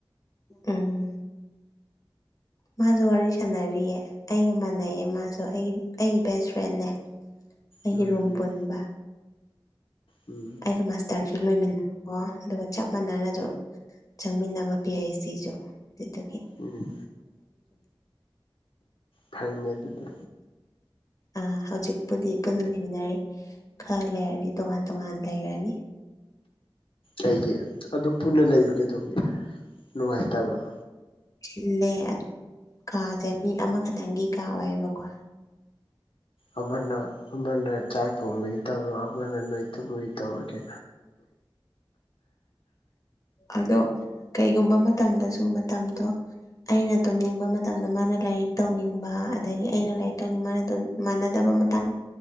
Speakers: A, on the left (about 40°); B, on the left (about 70°).
A: ꯎꯝ ꯃꯥꯁꯨ ꯋꯥꯔꯤ ꯁꯥꯟꯅꯔꯤꯑ ꯑꯩꯒ ꯃꯥꯟꯅꯩꯌꯦ ꯃꯥꯁꯨ ꯑꯩꯒꯤ ꯑꯩꯒꯤ ꯕꯦꯁ ꯐ꯭ꯔꯦꯦ ꯑꯩꯒꯤ
B: ꯎꯝ
A: ꯔꯨꯝ ꯄꯨꯟꯕ
B: ꯎꯝ
A: ꯑꯩꯒ ꯃꯥꯁꯇꯔꯁꯨ ꯂꯣꯏꯃꯤꯟꯅꯀꯣ ꯑꯗꯨꯒ ꯆꯞ ꯃꯥꯟꯅꯅꯁꯨ ꯆꯪꯃꯤꯟꯅꯕ ꯄꯤ ꯑꯩꯩꯆ ꯁꯨ ꯑꯗꯨꯗꯒꯤ
B: ꯎꯝ ꯐꯩꯅꯦ ꯑꯗꯨꯗꯤ
A: ꯑꯥ ꯍꯧꯖꯤꯛꯄꯨꯗꯤ ꯄꯨꯟꯅ ꯂꯩꯃꯤꯟꯅꯔꯤ ꯈꯔ ꯂꯩꯔꯗꯤ ꯇꯣꯉꯥꯟ ꯇꯣꯉꯥꯟ ꯂꯩꯔꯅꯤ
B: ꯑꯩꯒꯤ ꯑꯗꯨꯝ ꯄꯨꯟꯅ ꯂꯩꯕꯒꯦꯗꯧꯕꯒꯤꯦ ꯅꯨꯡꯉꯥꯏꯇꯕ꯭ꯔꯣ
A: ꯁꯤꯜꯂꯦ ꯑꯗꯨ ꯀꯥꯁꯦ ꯃꯤ ꯑꯃꯈꯛꯇꯪꯒꯤ ꯀꯥ ꯑꯣꯏꯌꯦꯕꯀꯣ
B: ꯑꯃꯅ ꯑꯃꯅ ꯆꯥꯛ ꯊꯣꯡꯕꯒꯤ ꯇꯧꯔꯣ ꯑꯃꯅ ꯅꯣꯏ ꯇꯨꯝꯕꯒꯤ ꯇꯧꯔꯒꯦ
A: ꯑꯗꯣ ꯀꯩꯒꯨꯝꯕ ꯃꯇꯝꯗꯁꯨ ꯃꯇꯝꯗꯣ ꯑꯩꯅ ꯇꯨꯝꯅꯤꯡꯕ ꯃꯇꯝꯗ ꯃꯥꯅ ꯂꯥꯏꯔꯤꯛ ꯇꯧꯅꯤꯡꯕ ꯑꯗꯒꯤ ꯑꯩꯅ ꯂꯥꯏꯔꯤꯛ ꯇꯧꯅꯤꯡꯕ ꯃꯥꯅ ꯃꯥꯟꯅꯗꯕ ꯃꯇꯥꯡ